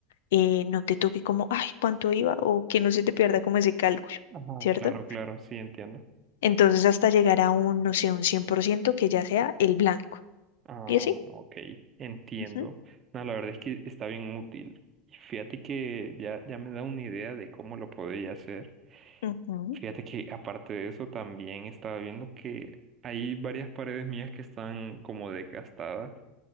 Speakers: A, on the left; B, on the right.
A: eh, no te toque como, ay, cuánto iba, o que no se te pierda como ese cálculo,
B: Ajá,
A: ¿cierto?
B: claro, claro, sí entiendo.
A: Entonces hasta llegar a un, no sé, un 100% que ya sea el blanco.
B: Ah,
A: ¿Y así?
B: ok, entiendo.
A: Ujú,
B: No, la verdad es que está bien útil. Y fíjate que ya, ya me da una idea de cómo lo podría hacer.
A: ujú,
B: Fíjate que aparte de eso también estaba viendo que hay varias paredes mías que están como desgastadas